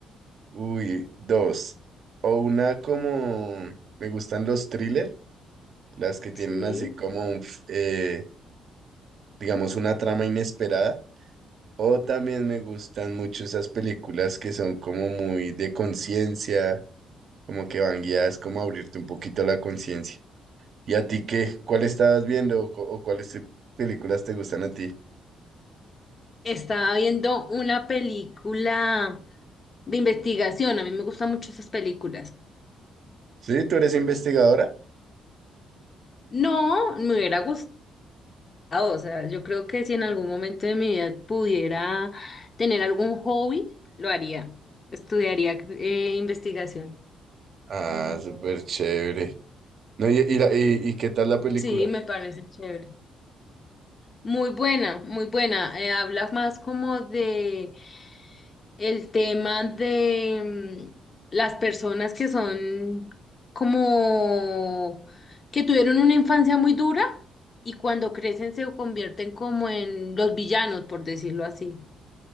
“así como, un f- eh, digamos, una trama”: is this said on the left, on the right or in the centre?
Right